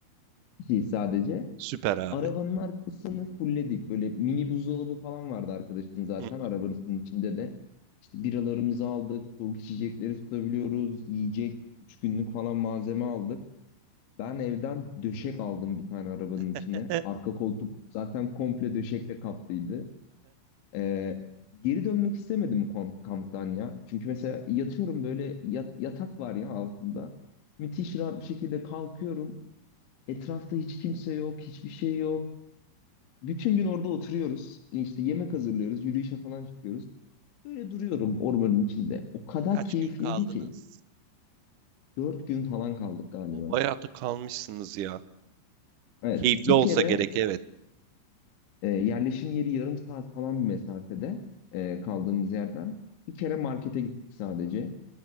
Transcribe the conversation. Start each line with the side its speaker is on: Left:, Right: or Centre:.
Left: kişi sadece.
Right: Süper abi.
Left: Arabanın arkasını fulledik. Böyle mini buzdolabı falan vardı arkadaşın zaten
Right: Hı
Left: arabasının içinde de. İşte biralarımızı aldık, soğuk içecekleri tutabiliyoruz, yiyecek, üç günlük falan malzeme aldık. Ben evden döşek aldım bir tane arabanın içine.
Right: <laughs>
Left: Arka koltuk zaten komple döşekle kaplıydı. Ee, Geri dönmek istemedim kom- kamptan ya. Çünkü mesela yatıyorum böyle yat- yatak var ya altında. Müthiş rahat bir şekilde kalkıyorum. Etrafta hiç kimse yok, hiçbir şey yok. Bütün gün orada oturuyoruz. İşte yemek hazırlıyoruz. Yürüyüşe falan çıkıyoruz. Böyle duruyorum ormanın içinde. O kadar
Right: Kaç
Left: keyifliydi
Right: gün kaldınız?
Left: ki. Dört gün falan kaldık galiba.
Right: O bayağı da kalmışsınız ya.
Left: Evet.
Right: Keyifli
Left: Bir
Right: olsa
Left: kere
Right: gerek evet.
Left: e, yerleşim yeri yarım saat falan bir mesafede e, kaldığımız yerden. Bir kere markete gittik sadece.